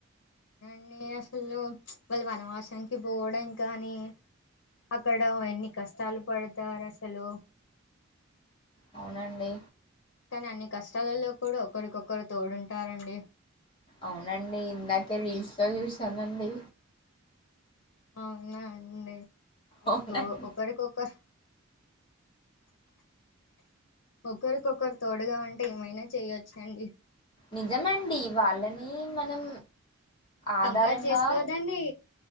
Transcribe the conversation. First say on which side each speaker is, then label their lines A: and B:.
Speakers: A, on the left (about 85°); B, on the left (about 25°).
A: అ అసలు వాళ్ళు వనవాసానికి పోవడం కానీ అక్కడ ఎన్ని కష్టాలు పడతారు అసలు
B: అవునండి
A: కానీ అన్ని కష్టాలలో కూడ ఒకరికొకరు తోడుంటారండి
B: అవునండి ఇందాకే రీల్స్లో చూసానండి
A: అవునా అండి అదే
B: అవునండి
A: తో ఒకరికొకరు ఒకరికొకరు తోడుగా ఉంటే ఏమైనా చేయొచ్చు అండి
B: నిజం మండి వాళ్ళని మనం
A: ఉమ్,
B: ఆధారంగా
A: కంపేర్ చేసుకోవద్దండి